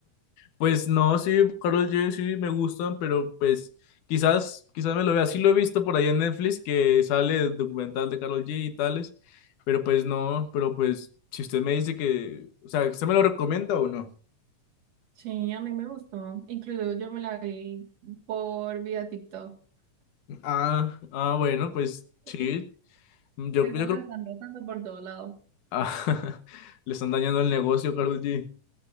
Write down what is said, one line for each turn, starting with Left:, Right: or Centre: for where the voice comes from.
Left: Pues no, sí, Carol G sí me gustan, pero pues quizás, quizás me lo vea. Sí lo he visto por ahí en Netflix que sale el documental de Carol G y tales, pero pues no, pero pues si usted me dice que, o sea, ¿usted me lo recomienda o no?
Right: Sí, a mí me gustó. Incluso yo me la vi por vía TikTok.
Left: Ah, ah, bueno, pues
Right: porque
Left: sí, yo,
Right: Eso
Left: yo
Right: la
Left: creo que
Right: están rotando por todo lado.
Left: <laughs> le están dañando el negocio, Carol G.